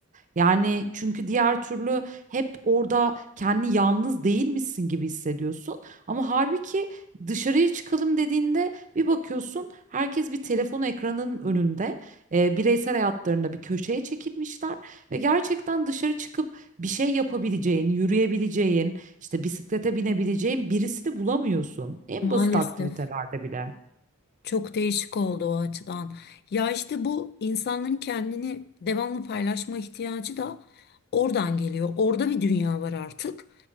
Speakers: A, on the right; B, on the left.
A: Yani çünkü diğer türlü hep orada kendi yalnız değilmişsin gibi hissediyorsun. Ama halbuki dışarıya çıkalım dediğinde bir bakıyorsun herkes bir telefon ekranının önünde, e, bireysel hayatlarında bir köşeye çekilmişler ve gerçekten dışarı çıkıp bir şey yapabileceğin, yürüyebileceğin, işte bisiklete binebileceğin birisini bulamıyorsun. En
B: Maalesef.
A: basit aktivitelerde bile.
B: Çok değişik oldu o açıdan. Ya işte bu insanların kendini devamlı paylaşma ihtiyacı da oradan geliyor. Orada bir dünya var artık.